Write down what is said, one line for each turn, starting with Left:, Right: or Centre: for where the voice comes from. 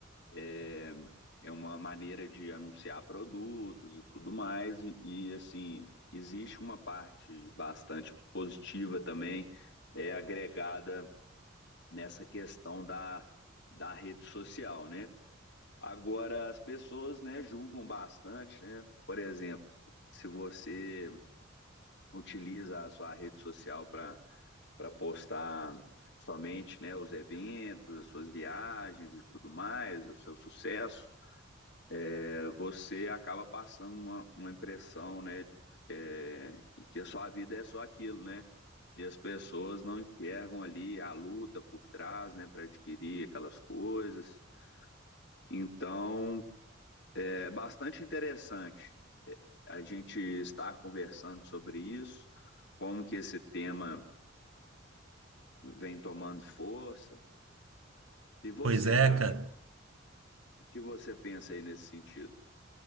Left: É, é uma maneira de anunciar produtos e tudo mais. E, e, assim, existe uma parte bastante positiva também, é agregada nessa questão da, da rede social, né? Agora, as pessoas, né, julgam bastante, né? Por exemplo, se você utiliza a sua rede social para para postar somente, né, os eventos, as suas viagens e tudo mais, o seu sucesso, é, você acaba passando uma, uma impressão, né, é, que, que a sua vida é só aquilo, né? E as pessoas não enxergam ali a luta por trás, né, para adquirir aquelas coisas. Então, É bastante interessante a gente estar conversando sobre isso, como que esse tema vem tomando força. E você,
Right: Pois é,
Left: cara,
Right: cara.
Left: o que você pensa aí nesse sentido?